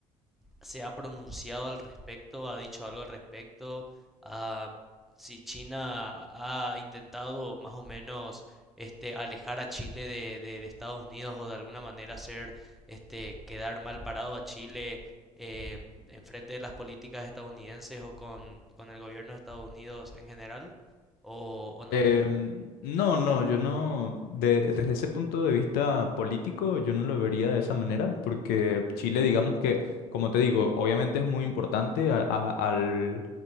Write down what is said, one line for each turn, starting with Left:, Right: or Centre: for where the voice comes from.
Centre: se ha pronunciado al respecto, ha dicho algo al respecto, a si China ha intentado más o menos este, alejar a Chile de, de- de Estados Unidos o de alguna manera hacer este, quedar mal parado a Chile eh, en frente de las políticas estadounidenses o con, con el gobierno de Estados Unidos en general, o, o no.
Left: Em, no, no, yo no, de- desde ese punto de vista político, yo no lo vería de esa manera, porque Chile, digamos que, como te digo, obviamente es muy importante a- a- al,